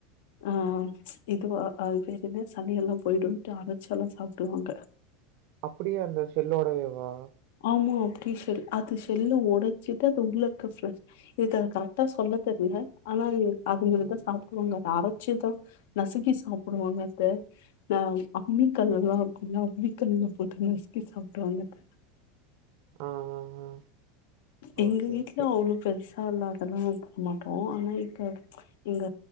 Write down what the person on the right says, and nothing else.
அப்படியா அந்த செல்லோடவே வா
ம்
ஆ ஆ ஆ
ஓகே
ஓகே